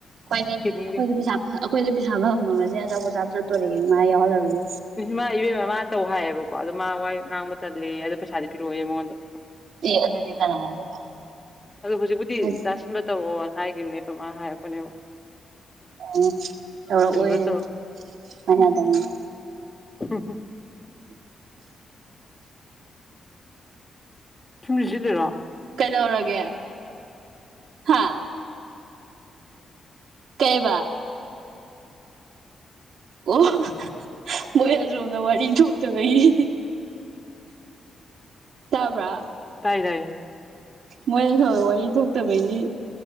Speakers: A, on the right; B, on the left.
A: ꯑꯩꯈꯣꯏꯗꯤ
B: ꯁꯤꯟꯒꯦ
A: ꯄꯩꯁꯥ ꯑꯩꯈꯣꯏꯁꯦ ꯄꯩꯁꯥ ꯐꯪꯕ ꯃꯁꯦ ꯑꯆꯥꯄꯣꯠꯆꯥ ꯆꯠꯇꯣꯔꯦꯌꯣ ꯃꯥ ꯌꯥꯎꯍꯜꯂꯔꯨ
B: ꯃꯥ ꯏꯕꯦꯝꯃ ꯃꯥ ꯇꯧ ꯍꯥꯏꯌꯦꯕꯀꯣ ꯑꯗꯣ ꯃꯥ ꯋꯥꯏ ꯉꯥꯡꯕ ꯆꯜꯂꯦ ꯑꯗꯣ ꯄꯩꯁꯥꯗꯤ ꯄꯤꯔꯛꯑꯣꯌꯦ ꯃꯉꯣꯟꯗ
A: ꯑꯦ ꯑꯗꯨꯗꯤ ꯀꯅꯥꯅ ꯌꯥꯗꯣꯏꯕ
B: ꯑꯗꯨ ꯍꯧꯖꯤꯛꯄꯨꯗꯤ
A: ꯑꯩꯈꯣꯏ
B: ꯇꯥꯁꯤꯟꯕ ꯇꯧꯔꯛꯑꯣ ꯍꯥꯏꯒꯅꯤ ꯄꯥ ꯃꯥ ꯍꯥꯏꯔꯛꯄꯅꯦꯕ
A: ꯎ ꯇꯧꯔꯛꯑꯣꯏ
B: ꯁꯤꯟꯕ ꯇꯧꯔꯣ
A: ꯃꯌꯥꯗꯅꯤꯅ
B: <unintelligible> ꯁꯨꯝꯁꯤꯠ ꯁꯤꯠꯂꯤꯔꯣ
A: ꯀꯩꯗꯧꯔꯒꯦ ꯍꯥ ꯀꯩꯕ ꯑꯣ ꯃꯣꯏ ꯑꯁꯣꯝꯅ ꯋꯥꯔꯤ ꯊꯣꯛꯇꯕꯒꯤ ꯇꯥꯕ꯭ꯔ
B: ꯇꯥꯏ ꯇꯥꯏ
A: ꯃꯣꯏ ꯁꯣꯝ ꯋꯥꯔꯤ ꯊꯣꯛꯇꯕꯒꯤ